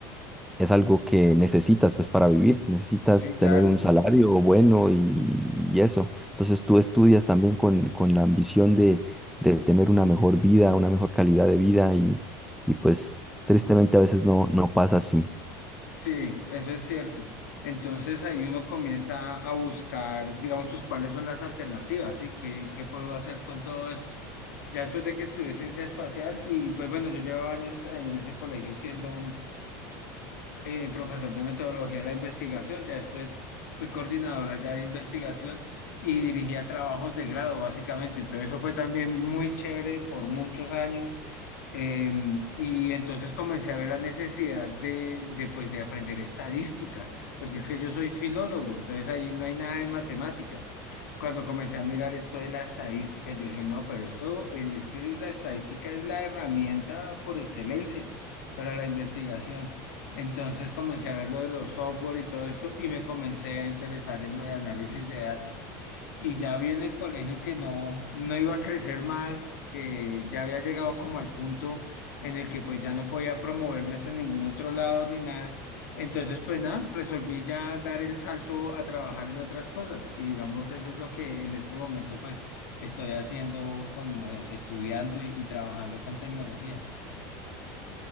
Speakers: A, in the centre; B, on the left.
A: es algo que necesitas pues para vivir, necesitas
B: sí, claro,
A: tener un salario bueno y, y eso. Entonces tú estudias también con, con la ambición de, de tener una mejor vida, una mejor calidad de vida y, y pues tristemente a veces no, no pasa así.
B: sí, eso es cierto. Entonces ahí uno comienza a buscar, digamos, pues cuáles son las alternativas, ¿sí? ¿Qué, qué puedo hacer con todo esto? Ya después de que estudié ciencia espacial y pues bueno, yo llevaba años ahí en ese colegio siendo eh, profesor de metodología de la investigación, ya después fui coordinadora ya de investigación y dirigía trabajos de grado, básicamente. Entonces eso fue también muy chévere por muchos años. Eh, y entonces comencé a ver la necesidad de, de, pues, de aprender estadística, porque es que yo soy filólogo, entonces ahí no hay nada de matemáticas. Cuando comencé a mirar esto de la estadística, yo dije, no, pero esto eh, es que la estadística es la herramienta por excelencia para la investigación. Entonces comencé a ver lo de los software y todo esto y me comencé a interesar en lo de análisis de datos. Y ya vi en el colegio que no, no iba a crecer más, que ya había llegado como al punto en el que pues ya no podía promoverme hacia ningún otro lado ni nada. Entonces pues nada, resolví ya dar el salto a trabajar en otras cosas. Y digamos, eso es lo que en este momento pues estoy haciendo con, eh, estudiando y, y trabajando con tecnología.